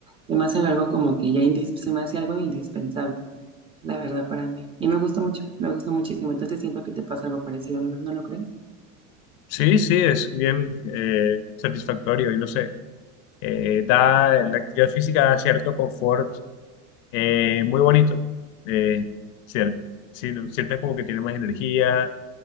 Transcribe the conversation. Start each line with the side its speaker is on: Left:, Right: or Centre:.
Right: Se me hace algo como que ya indis- se me hace algo indispensable, la verdad, para mí. Y me gustó mucho, me gustó muchísimo. Entonces siento que te pasa algo parecido, ¿no, no lo crees?
Left: Sí, sí, es bien eh, satisfactorio y no sé, eh, da, la actividad física da cierto confort eh, muy bonito. Eh, cier- sí, lo- sientes como que tiene más energía,